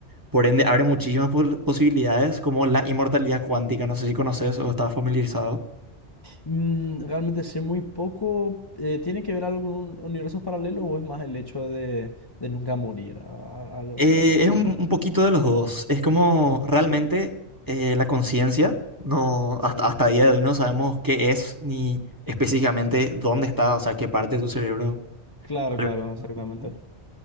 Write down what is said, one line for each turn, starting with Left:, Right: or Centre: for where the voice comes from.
Right: por ende abre muchísimas pol- posibilidades como la inmortalidad cuántica, no sé si conoces o estás familiarizado.
Left: Mm, realmente sé muy poco. Eh, ¿tiene que ver algo con un universo paralelo o es más el hecho de, de nunca morir? A- a- Algo
Right: Eh,
Left: así, ¿no?
Right: es un, un poquito de los dos, es como
Left: Ujú,
Right: realmente eh, la conciencia, no,
Left: Sí.
Right: hasta, hasta el día de hoy no sabemos qué es ni específicamente dónde está, o sea, qué parte de tu cerebro.
Left: Claro,
Right: Alberto
Left: claro, exactamente.
Right: Constantino.